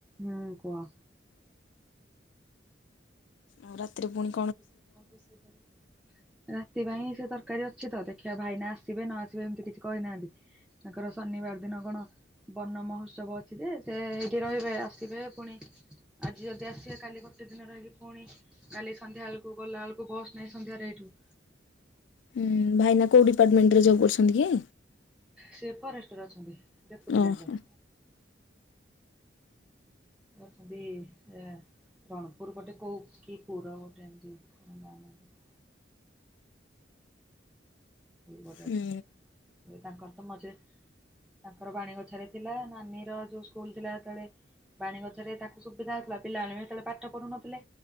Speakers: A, in the centre; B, on the left.
A: ହୁଁ କୁହ।
B: ଆଉ ରାତିରେ ପୁଣିି
A: <unintelligible> ରାତି ପାଇଁ ସେ ତରକାରୀ ଅଛି ତ ଦେଖିବା ଭାଇନା ଆସିବେ ନ ଆସିବେ ଏମିତି କିଛି କହିନାହାନ୍ତି। ତାଙ୍କର ଶନିବାର ଦିନ କଣ ବର୍ଣ ମହୋତ୍ସବ ଅଛି ଯେ ସେ ଏଇଠି ରହିବେ ଆସିବେ ପୁଣି। ଆଜି ଯଦି ଆସିବା କାଲି ଗୋଟେ ଦିନ ରହିକି ପୁଣି କାଲି ସନ୍ଧ୍ୟା ବେଳକୁ ଗଲା ବେଳକୁ ବସ୍ ନାଇଁ ସନ୍ଧ୍ୟାରେ ଏଇଠୁ।
B: ହୁଁ ଭାଇନା କୋଉ ଡିପାର୍ଟମେଣ୍ଟରେ ଜବ୍ କରୁଛନ୍ତି କି?
A: ସେଏ ଫରେଷ୍ଟର ଅଛନ୍ତି ଡେପୁଟି
B: ଓହୋ।
A: ରେଞ୍ଜର। ଅଛନ୍ତି ଏ ରଣପୁର ପଟେ କୋଉ କି ପୁର ଗୋଟେ ଏମିତି <unintelligible> ଏ ଗୋଟେ
B: ହୁଁ
A: ଅଛନ୍ତି ଏ ତାଙ୍କର ତ ମଝିରେ ତାଙ୍କର ବାଣୀଗୋଛାରେ ଥିଲା, ନାନୀର ଯୋଉ ସ୍କୁଲ ଥିଲା ହେତେବେଳେ ବାଣୀଗୋଛାରେ ତାକୁ ସୁବିଧା ହଉଥିଲା। ପିଲାମାନେ ବି ସେତେବେଳେ ପାଠ ପଢୁନଥିଲେ।